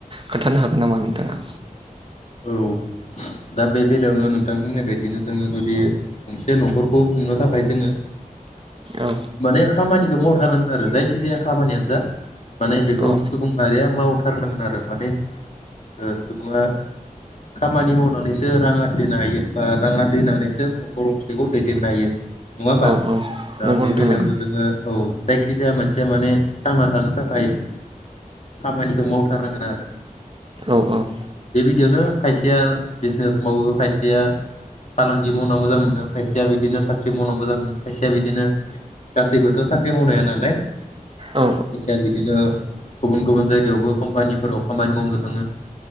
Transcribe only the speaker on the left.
औ दा बे बेलायावनो नोंथां बुंनाय बायदिनो जोङो जुदि गंसे न'खरखौ खुंनो थाखाय जोङो
माने खामानि खौ मावथारनांगोन आरो जायखि जाया खामानियानो जा माने बेखौ
सुबुं माहारिया माव मावथारनांगोन आरो माने ओ सुबुङा खामानि मावनानैसो रां आरजिनो हायो बा रां आरजिनानैसो नखर गंसेखौ दैदेननो हायो नङा होमबा
दा
बे
बेलायावनो
जोङो औ जायखिजाया मानसिया माने थांना थानो थाखाय खामानिखौ मावथारनांगोन आरो
बिदियावनो खायसेया बिजनेस मावो खायसेया फालांगि मावना मोजां मोनो खायसेया बिदिनो साख्रि मावना मोजां मोनो खायसेया बिदिनो गासैबोथ' साख्रि मावनो हाया नालाय खायसेया
बिदिनो गुबुन गुबुन जायगायावबो कम्पानिफोराव खामानि मावनो थाङो।